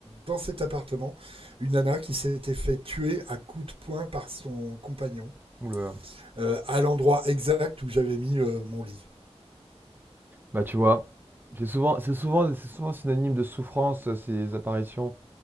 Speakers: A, on the right; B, on the right.
A: dans cet appartement une nana qui s'était fait tuer à coups de poing par son compagnon
B: Ouh là là.
A: euh, à l'endroit exact où j'avais mis euh, mon lit.
B: Bah tu vois, c'est souvent, c'est souvent, c'est souvent synonyme de souffrance euh, ces apparitions